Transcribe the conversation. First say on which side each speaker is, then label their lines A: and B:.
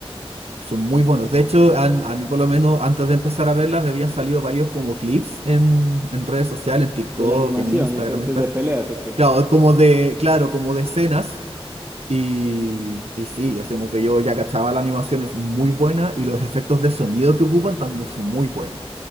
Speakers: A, on the right; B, on the right.
A: Son muy buenos. De hecho, han- a mí por lo menos antes de empezar a verla me habían salido varios como clips en, en redes sociales, en TikTok,
B: De la animación
A: en Instagram,
B: y todo después
A: está.
B: de peleas o qué?
A: Claro, es como de, claro, como de escenas. Y, y sí, así como que yo ya cachaba la animación es muy buena y los efectos de sonido que ocupan también son muy buenos.